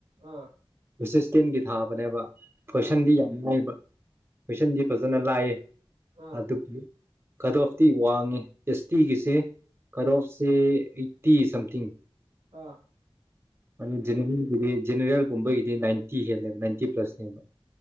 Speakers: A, on the right (about 75°); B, on the right (about 25°).
A: ꯑꯥ
B: ꯁꯤꯛꯁꯇꯤꯟꯒꯤ ꯊꯥꯕꯅꯦꯕ ꯄꯣꯏꯁꯟꯗꯤ
A: ꯑꯥ
B: ꯌꯥꯝꯅꯨꯡꯥꯏꯕ ꯃꯤꯁꯟꯗꯤ ꯄꯖꯅꯂꯑ
A: ꯑꯥ
B: ꯑꯗꯨ ꯑꯗꯨꯕꯨ ꯀꯗ ꯑꯣꯐꯇꯤ ꯋꯥꯡꯉꯤ ꯑꯦꯁ ꯇꯤꯒꯤꯁꯤ ꯀꯔꯣꯁꯦ ꯑꯩꯠꯇꯤ ꯁꯝꯊꯤꯡ
A: ꯑꯥ
B: ꯑꯅꯤ ꯖꯦꯅꯔꯦꯜꯒꯨꯝꯕꯒꯤꯗꯤ ꯅꯥꯏꯟꯇꯤ ꯍꯦꯜꯂꯦꯕ ꯅꯥꯏꯟꯇꯤ ꯄ꯭ꯂꯁꯅꯦꯕ